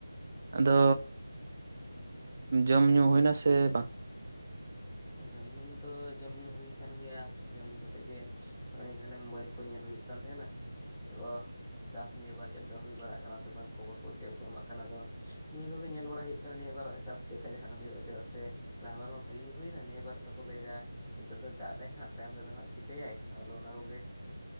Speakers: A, on the right; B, in the centre.
A: ᱟᱫᱚ ᱡᱚᱢ ᱧᱩ ᱦᱳᱭ ᱱᱟᱥᱮ ᱵᱟᱝ?
B: ᱦᱮᱸ ᱡᱚᱢ ᱧᱩ ᱫᱚ ᱡᱚᱢ ᱧᱩ ᱦᱩᱭ ᱟᱠᱟᱱ ᱜᱮᱭᱟ ᱡᱚᱢ ᱧᱩ ᱠᱟᱛᱮᱜ ᱜᱮ ᱦᱚᱜ-ᱚᱭ ᱜᱷᱟᱱᱮ ᱢᱳᱵᱟᱭᱤᱞ ᱠᱚ ᱧᱮᱞ ᱦᱳᱭᱳᱜ ᱾ ᱠᱟᱱ ᱛᱟᱦᱮᱱᱟ, ᱚᱻ ᱪᱟᱥ ᱱᱤᱭᱟᱹᱵᱟ ᱪᱮᱫ ᱞᱮᱠᱟ ᱦᱩᱭ ᱵᱟᱲᱟᱜ ᱠᱟᱱᱟ ᱥᱮ ᱵᱟᱝ ᱠᱷᱚᱵᱚᱨ ᱠᱚ ᱪᱮᱫ ᱠᱚ ᱮᱢᱟᱜ ᱠᱟᱱᱟ ᱟᱫᱚ ᱱᱤᱭᱟᱹ ᱠᱚ ᱜᱮ ᱧᱮᱞ ᱵᱟᱲᱟ ᱦᱳᱭᱳᱜ ᱱᱤᱭᱟᱹ ᱵᱟᱨ ᱪᱟᱥ ᱪᱮᱫ ᱞᱮᱠᱟ ᱡᱟᱦᱟᱸ ᱦᱩᱭᱩᱜ ᱪᱮᱫᱟᱜ ᱥᱮ ᱞᱟᱦᱟ ᱵᱟᱨ ᱢᱟ ᱵᱷᱟᱹᱜᱤ ᱦᱩᱭᱱᱟ ᱱᱤᱭᱟᱹ ᱵᱟᱨ ᱫᱚ ᱠᱚ ᱞᱟᱹᱭᱫᱟ ᱾ ᱱᱤᱛᱳᱜ ᱫᱚ ᱫᱟᱜ ᱛᱟᱭ ᱦᱟᱸᱜ ᱛᱟᱭᱚᱢ ᱛᱮ ᱫᱚ ᱦᱟᱸᱜ ᱪᱤᱠᱟᱹᱭᱟ ᱟᱫᱚ ᱚᱱᱟ ᱠᱚ ᱜᱮ,